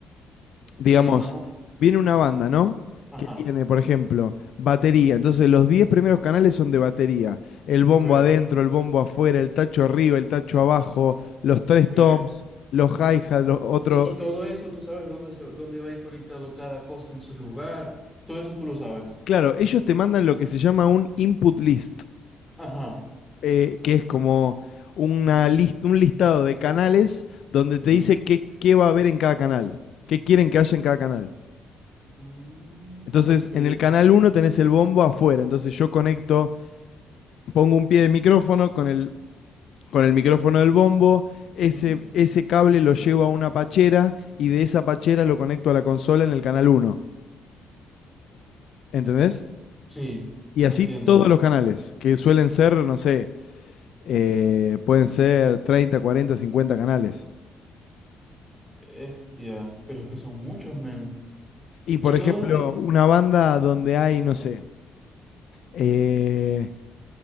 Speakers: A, on the left; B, in the centre.
A: Digamos,
B: Y más o...
A: viene una banda, ¿no?
B: Ajá.
A: Que tiene, por ejemplo, batería. Entonces, los 10 primeros canales son de batería. El bombo
B: Ok,
A: adentro, el bombo afuera, el tacho arriba, el tacho abajo, los tres
B: ok.
A: toms, los hi-hats, los otros.
B: Y, y todo eso, tú sabes dónde, se, dónde va a ir conectado cada cosa en su lugar. Todo eso tú lo sabes.
A: Claro, ellos te mandan lo que se llama un input list,
B: Ajá.
A: eh, que es como una lis- un listado de canales donde te
B: Mm,
A: dice qué, qué va a haber en cada canal, qué quieren que haya en cada canal.
B: mm,
A: Entonces,
B: ok.
A: en el canal uno tenés el bombo afuera. Entonces, yo conecto, pongo un pie de micrófono con el, con el micrófono del bombo. Ese,
B: Ujú.
A: ese cable lo llevo a una pachera y de esa pachera lo conecto a la consola en el canal uno, ¿Entendés?
B: Sí,
A: Y así
B: entiendo.
A: todos los canales, que suelen ser, no sé, eh, pueden ser treinta, cuarenta, cincuenta canales.
B: Estia. pero es que son muchos, men.
A: Y por
B: Y todo,
A: ejemplo, una banda donde hay, no sé, eh,